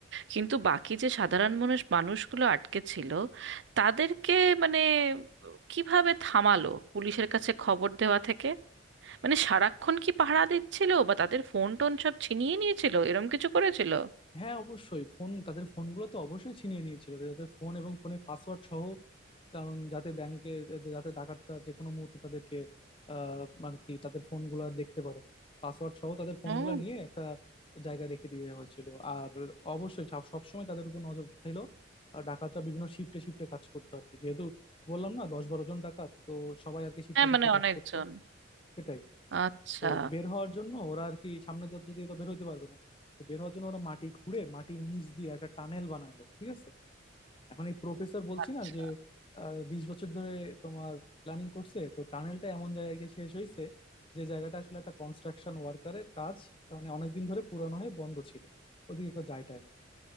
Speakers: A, on the right; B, on the left.
A: কিন্তু বাকি যে সাধারণ মানুষ মানুষগুলো আটকে ছিল তাদেরকে মানে কিভাবে থামালো পুলিশের কাছে খবর দেওয়া থেকে মানে সারাক্ষণ কি পাহারা দিচ্ছিল বা তাদের ফোন টোন সব ছিনিয়ে নিয়েছিল এরম কিছু করেছিল
B: হ্যাঁ অবশ্যই ফোন তাদের ফোনগুলো তো অবশ্যই ছিনিয়ে নিয়েছিল তাদের ফোন এবং ফোনের পাসওয়ার্ড সহ কারণ যাতে ব্যাংকে যাতে ডাকাতরা যে কোনো মুহূর্তে তাদেরকে আহ মানে কি তাদের ফোনগুলো দেখতে পারে পাসওয়ার্ড সহ তাদের ফোনগুলো
A: হুম
B: নিয়ে একটা জায়গায় রেখে দিয়ে হয়েছিল আর অবশ্যই সব সবসময় তাদের উপর নজর ছিল আর ডাকাতরা বিভিন্ন শিফটে শিফটে কাজ করতো আর কি যেহেতু বললাম না দশ বারো জন ডাকাত তো সবাই আর কি শিফটে
A: হ্যাঁ
B: শিফটে
A: মানে
B: কাজ
A: অনেকজন
B: করতো সেটাই
A: আচ্ছা
B: তো বের হওয়ার জন্য ওরা আর কি সামনে দরজা দিয়ে তো বের হতে পারবে না তো বের হওয়ার জন্য ওরা মাটি খুঁড়ে মাটির নিচ দিয়ে একটা টানেল বানালো ঠিক আছে এখন এই প্রফেসর বলছি
A: আচ্ছা।
B: না যে আহ, বিশ বছর ধরে তোমার প্ল্যানিং করছে তো টানেলটা এমন জায়গায় গিয়ে শেষ হয়েছে যে জায়গাটা আসলে একটা কনস্ট্রাকশন ওয়ার্কারের কাজ মানে অনেকদিন ধরে পুরানো হয়ে বন্ধ ছিল ওদিকে কেউ যায় টায় না